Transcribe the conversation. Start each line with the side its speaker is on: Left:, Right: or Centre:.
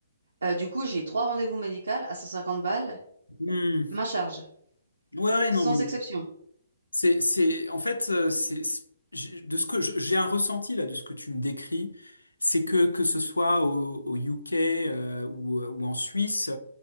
Right: Euh, du coup, j'ai trois rendez-vous médicaux à 150 balles,
Left: hmm.
Right: ma charge,
Left: Ouais, ouais,
Right: sans
Left: non mais.
Right: exception.
Left: C'est, c'est, en fait, euh, c'est, c'est- j'ai- de ce que je- j'ai un ressenti là de ce que tu me décris, c'est que que ce soit au, au UK euh, ou, ou en Suisse,